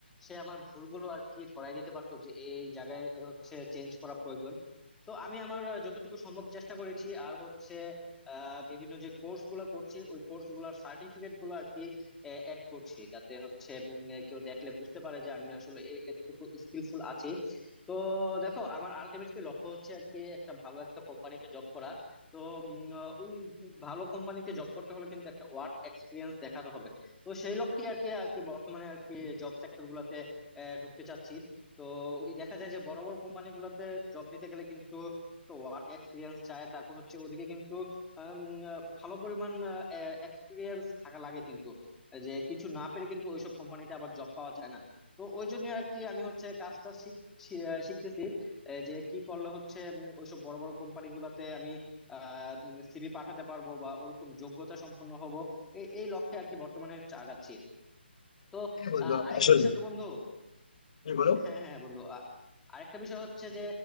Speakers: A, in the centre; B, on the left.
A: সে আমার ভুলগুলো আর কি ধরাই দিতে পারতো যে এই জায়গায় হচ্ছে চেঞ্জ করা প্রয়োজন তো আমি আমার যতটুকু সম্ভব চেষ্টা করেছি আর হচ্ছে আহ বিভিন্ন যে কোর্স গুলো করছি ওই কোর্স গুলার সার্টিফিকেট গুলো আর কি অ্যাড করছি যাতে হচ্ছে উম, কেউ দেখলে বুঝতে পারে যে আমি আসলে এ- এতটুকু স্কিলফুল আছি তো দেখো আমার আলটিমেটলি লক্ষ্য হচ্ছে আর কি একটা ভালো একটা কোম্পানিতে জব করা তো উম, ওই ভালো কোম্পানিতে জব করতে হলে কিন্তু একটা ওয়ার্ক এক্সপিরিয়েন্স দেখাতে হবে তো সেই লক্ষ্যে আর কি আর কি বর্তমানে আর কি জব সেক্টর গুলাতে আহ, ঢুকতে চাচ্ছি তো ওই দেখা যায় যে বড় বড় কোম্পানি গুলাতে জব নিতে গেলে কিন্তু ওয়ার্ক এক্সপিরিয়েন্স চায় তারপর হচ্ছে ওদিকে কিন্তু আম, আহ, ভালো পরিমাণ এক্সপিরিয়েন্স থাকা লাগে কিন্তু যে কিছু না পেরে কিন্তু ওইসব কোম্পানিতে আবার জব পাওয়া যায় না তো ওই জন্য আর কি আমি হচ্ছে কাজটা শিখ- শি- আহ, শিখতেছি এ, যে কি করলে হচ্ছে উম, ওইসব বড় বড় কোম্পানি গুলাতে আমি আহ সিভি পাঠাতে পারবো বা ওরকম যোগ্যতা সম্পন্ন হব এই এই লক্ষ্যে আর কি বর্তমানে হচ্ছে আগাচ্ছি তো
B: হ্যাঁ বন্ধু
A: আহ আরেকটা
B: আসলে
A: বিষয় কি বন্ধু
B: তুমি বলো
A: হ্যাঁ হ্যাঁ বন্ধু আ- আরেকটা বিষয় হচ্ছে যে